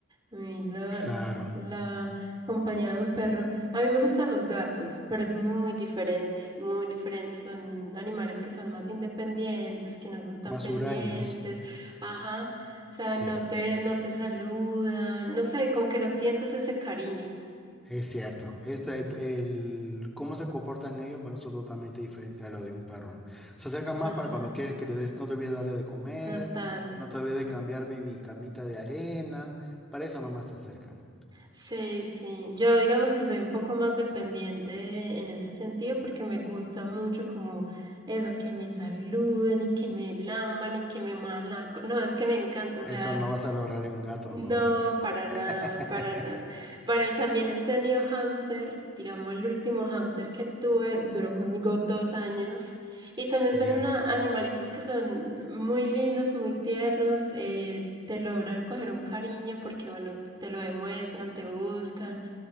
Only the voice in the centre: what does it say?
Claro,
más
huraños,
sí,
es cierto. Este, el, el- cómo se comportan ellos, bueno, eso es totalmente diferente a lo de un perro. ¿no? Se acercan más
para cuando quieres que le des, no te olvides de darle de comer,
no te olvides de cambiarme mi camita de arena, para eso nomás se acercan.
Eso
no vas a lograr en un gato,
no.
<laughs>
Ya,